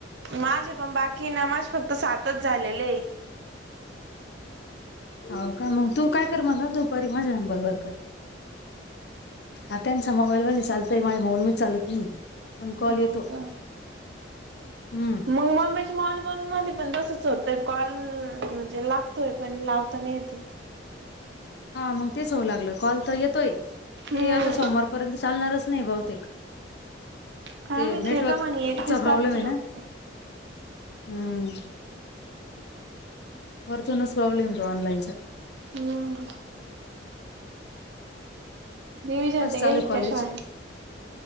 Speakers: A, on the right; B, on the left.
A: माझे पण बाकी ना माझे फक्त सातच झालेले आहे.
B: हो का मग तू काय कर मला दुपारी माझ्या नंबर वर कर. हा त्यांचा मोबाईल मध्ये चालतंय माझ्या मोबाईल मध्ये चालत नाही. पण कॉल
A: हो
B: येतो.......
A: का
B: हम्म
A: मग मम्मीच्या मॉल बन मध्ये पण तसच होतं कॉल म्हणजे लागतोय पण लावता नाही तेे <unintelligible>
B: हा मग तेच होऊ लागलं कॉल तर येतोय ते
A: हम्म
B: आता सोमवारपर्यंत चालणारच नाही बहुतेक.
A: काय
B: ते
A: माहिती
B: नेटवर्कचा
A: येत म्हणे एकतीस तारखेला
B: प्रॉब्लेम आहे ना....
A: होते.
B: हम्म वरतुनचं प्रॉब्लेम ए तो ऑनलाइन चा.
A: हम्म... डिव्हिजन
B: कस
A: ते
B: चालु
A: गेलेत
B: ए कॉलेज...
A: का शाळेत?